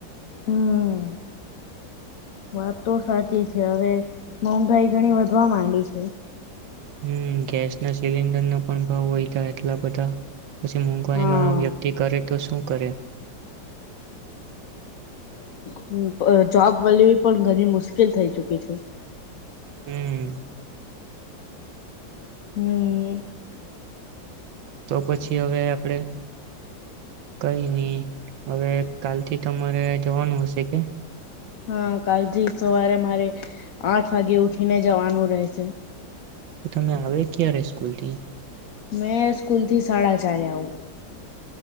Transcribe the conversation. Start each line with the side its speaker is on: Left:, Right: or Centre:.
Left: હમ. વાત તો સાચી છે હવે મોંઘાઈ ગણી વધવા માંડી. છે.
Right: હમ ગેસ ના સિલિન્ડર ના પણ ભાવ હોયધા એટલા બધા. પછી મોંઘવારીમાં
Left: હા
Right: વ્યક્તિ કરે તો શું કરે?
Left: હમ. <unintelligible> જોબ વી પણ ઘણી મુશ્કેલ થઈ ચુકી છે.
Right: હમ.
Left: હમ.
Right: તો પછી હવે આપણેે કઈ નઈ, હવે કાલથી તમારે જવાનું હશે કે?
Left: હા કાલથી સવારે મારે, આઠ વાગે ઉઠીને જવાનું રહેશે.
Right: તો તમે આવે ક્યારે સ્કૂલ થી?
Left: મેં સ્કૂલ થી સાડા ચારે આવું.